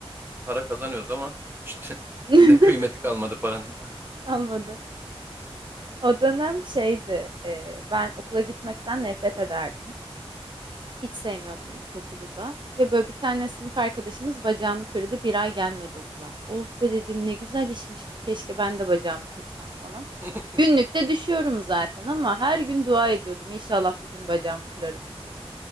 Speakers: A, on the right (about 20°); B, on the right (about 45°).
A: para kazanıyoruz ama <laughs> işte
B: <laughs>
A: şimdi kıymeti kalmadı paranın.
B: Kalmadı. O dönem şeydi, e, ben okula gitmekten nefret ederdim. Hiç sevmiyordum ilkokulu da. Ve böyle bir tane sınıf arkadaşımız bacağını kırdı. Bir ay gelmedi okula. Oh be dedim ne güzel işmiş bu. Keşke ben de bacağımı kırsam falan.
A: <laughs>
B: Günlükte düşüyorum zaten ama her gün dua ediyordum. İnşallah bugün bacağımı kırarım diye.